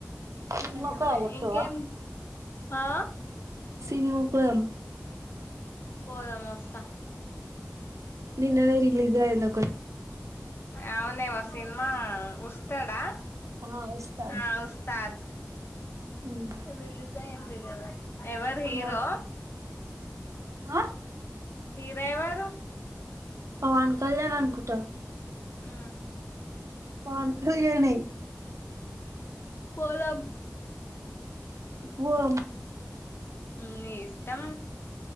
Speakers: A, on the right; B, on the left.
A: సినిమాకు
B: ఏం
A: పోదాం
B: లే
A: వస్తవా?
B: ఇంకేం ఆ
A: సినిమాకు పోదాం.
B: పోదాం వస్తా
A: నిన్ననే రిలీజ్ అయింది ఒకటి
B: అవునేమో సినిమా ఉస్ ఉస్తాద్ ఆ
A: ఆ ఉస్తాద్.
B: ఆ ఉస్తాద్
A: హ్మ్.
B: రిలీజ్ అయింది దా ఎవరు హీరో
A: ఆ ఆ
B: మీరెవరు
A: పవన్ కళ్యాణ్ అనుకుంటా
B: ఆ
A: పవన్ కల్యాణ్ నే
B: పోదాం
A: వం
B: ఉమ్ నీ ఇష్టం